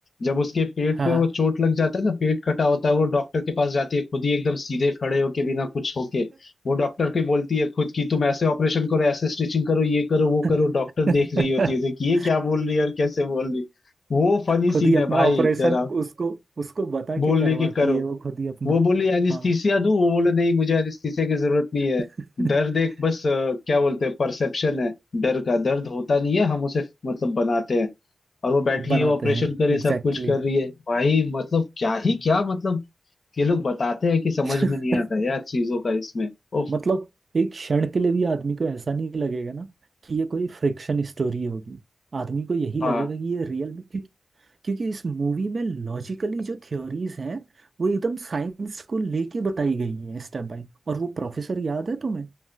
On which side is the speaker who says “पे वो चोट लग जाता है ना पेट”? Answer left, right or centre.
Left